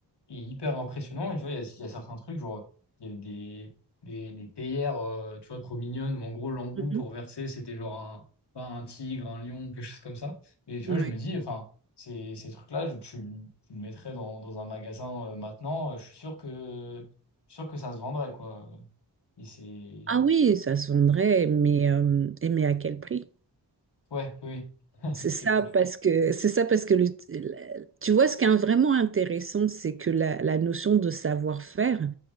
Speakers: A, on the left; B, on the right.
A: est hyper impressionnant. Et tu vois, il y a, il y a certains trucs, genre, il y avait des, des, des théières, euh, tu vois, trop mignonnes, où en gros, l'embout
B: Mhm.
A: pour verser, c'était genre un, pas un tigre, un lion, quelque chose comme ça. Et tu
B: Ouais.
A: vois, je me dis, enfin, ces, ces trucs-là, je- tu, tu le mettrais dans, dans un magasin euh, maintenant, euh, je suis sûr que, je suis sûr que ça se vendrait, quoi. Et c'est.
B: Ah oui, ça se vendrait, mais, euh, et mais à quel prix?
A: Ouais, oui, <laughs>
B: C'est
A: c'est
B: ça
A: clair.
B: parce que c'est ça parce que le- la- tu vois ce qui est vraiment intéressant, c'est que la, la notion de savoir-faire